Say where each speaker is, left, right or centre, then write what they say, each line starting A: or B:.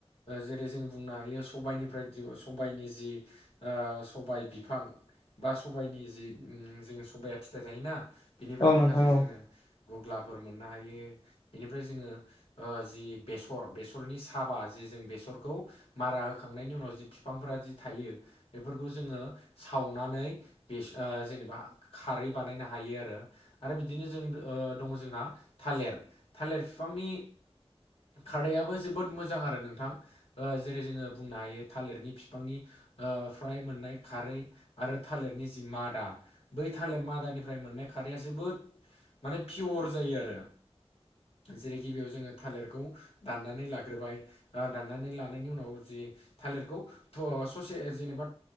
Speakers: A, on the left; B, on the left.
A: जेरै जों बुंनो हायो सबाइनिफ्राय सबाइनि जि सबाइ बिफां बा सबाइनि जि जों सबाया फिथाइ थायोना बिनिफ्राय
B: औ नोंथां
A: माखासे
B: औ
A: जोङो गुग्लाफोर मोननो हायो बेनिफ्राय जोङो जि बेसर बेसरनि साबा जि जों बेसर खौ मारा होखांनायनि उनाव जि बिफांफोरा जि थायो बेफोरखौ जोङो सावनानै बे जेनेबा खारै बानायनो हायो आरो आरो बिदिनो जों दं जोंहा थालेर थालेर बिफांनि खारदाबो जोबोद मोजां आरो नोंथां जेरै जोङो बुंनो हायो थालिरनि बिफांनि फ्राय मोननाय खारै आरो थालिरनि जि मादा बै थालिर मादानिफ्राय मोन नाय खारैया जोबोद माने पियर जायो आरो। जेरै गिबियाव जोङो थालिरखौ दाननानै लाग्रोबाय दाननानै लानायनि उनाव जि थालिरखौ ससे जेनेबा